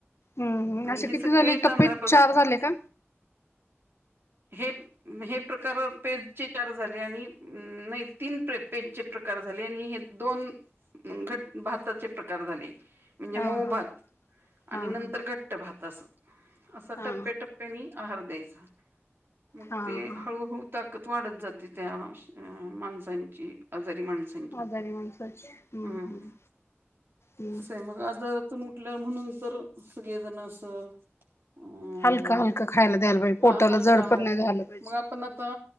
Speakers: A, on the left (about 65°); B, on the right (about 55°).
A: हम्म हम्म
B: आणि
A: असे
B: हे सगळे
A: किती झाले टप्पे
B: तांदळापासून
A: चार झाले का?
B: हे हे प्रकार पेचे चार झाले आणि नाही तीन प्रे पेचचे प्रकार झाले आणि हे दोन घट भाताचे प्रकार झाले. म्हणजे
A: हा
B: मऊ
A: हा
B: भात
A: हा
B: आणि नंतर
A: हा
B: घट्ट भात असं, असं टप्प्याटप्प्यानी
A: हा
B: आहार द्यायचा मग
A: हा हा
B: ते
A: हा
B: हळूहळू ताकद वाढत जाते त्या माणसांची आजारी माणस
A: आजारी माणसाचे हम्म
B: अं...
A: हम्म हम्म
B: कसये मग आता तुम- म्हटल्या म्हणून तर, सगळेजण असं- अम
A: हलक-हलक खायला द्यायला पाहिजे, पोटला
B: हा हलका
A: जड
B: आहार
A: पण नाही झालं पाहिजे.
B: मग आपण आता